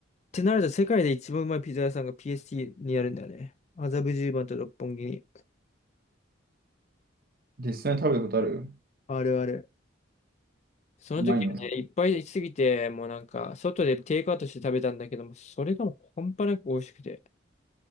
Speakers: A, on the left; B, on the right.
A: てなると世界で一番うまいピザ屋さんが PST にあるんだよね。麻布十番と六本木に。
B: い。実際に食べたことある
A: あるある。その時はね、
B: うまいの。
A: いっぱいすぎて、もうなんか、外でテイクアウトして食べたんだけども、それがもう半端なく美味しくて。